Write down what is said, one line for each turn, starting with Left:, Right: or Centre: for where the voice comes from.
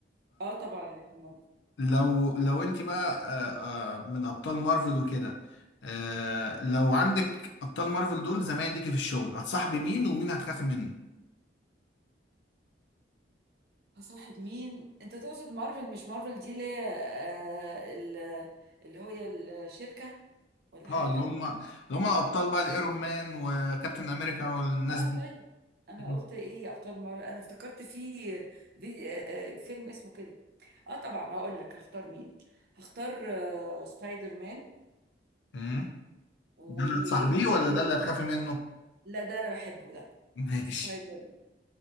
Right: اه طبعا مارفل.
Left: فلو لو انت بقى آه، آه، من ابطال مارفل وكده آه، لو عندك ابطال مارفل دول زمايل ليكي في الشغل هتصاحبي مين ومين هتخافي منه
Right: هصاحب مين انت تقصد مارفل مش مارفل دي اللي هي آه ال- اللي هي الشركه ولا حاجه
Left: اه اللي
Right: تانية
Left: هم اللي هم الابطال بقى الايرون مان وكابتن امريكا والناس
Right: اه
Left: دي
Right: طيب
Left: <laughs>
Right: انا
Left: مم.
Right: قلت ايه يا ابطال مره انا افتكرت في في آه، فيلم اسمه كده اه طبعا هقول لك هختار مين هختار آه، سبايدر مان
Left: مم.
Right: وايه
Left: ده اللي هتصاحبيه ولا
Right: قلت لي
Left: ده اللي هتخافي منه
Right: لا ده انا بحبه ده
Left: <laughs> ماشي
Right: سبايدر مان